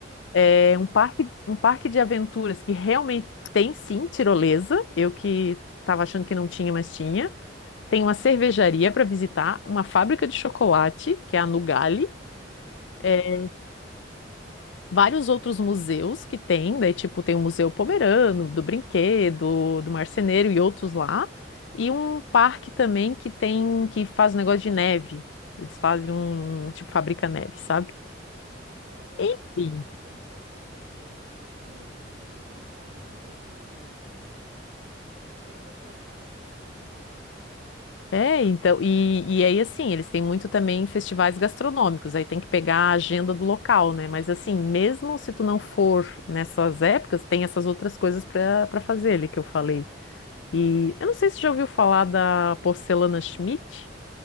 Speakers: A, on the left; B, on the right.
A: É
B: legal.
A: um parque, um parque de aventuras que realmente tem sim tirolesa. Eu que estava achando que não tinha, mas tinha. Tem uma cervejaria para visitar, uma fábrica de chocolate, que é a Nugali.
B: Cara, que legal.
A: é, vários outros museus que tem, daí tipo tem o Museu Pomerano, do Brinquedo, do Marceneiro e outros lá. E um parque também que tem que faz um negócio de neve. Eles fazem um um, tipo fabrica neve, sabe?
B: Cara, nossa,
A: Enfim.
B: mas es- essas são as atrações assim, bem de tipo, de cidadezinha, assim, pequena, porém turística, né?
A: É, então, e, e aí assim, eles têm muito também festivais gastronômicos, aí tem que pegar a agenda do local, né? Mas assim, mesmo se tu não for nessas épocas, tem essas outras coisas para para fazer ali que eu falei. E eu não sei se você já ouviu falar da porcelana Schmidt,